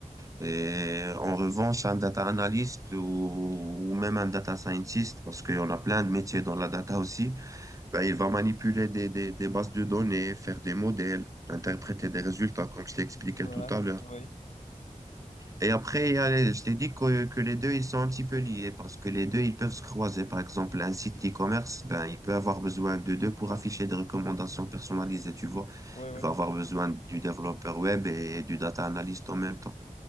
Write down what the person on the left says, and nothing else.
Ouais,
oui,
ouais.
Oui, oui.